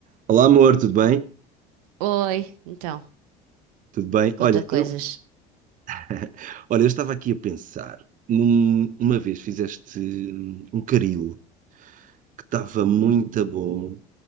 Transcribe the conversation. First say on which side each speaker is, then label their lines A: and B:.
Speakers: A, on the right; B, on the right.
A: Olá, amor, tudo bem?
B: Oi, então,
A: Tudo bem?
B: conta
A: Olha,
B: coisas.
A: eu, <laughs> olha, eu estava aqui a pensar. num- uma vez fizeste hum, um caril que estava muito bom.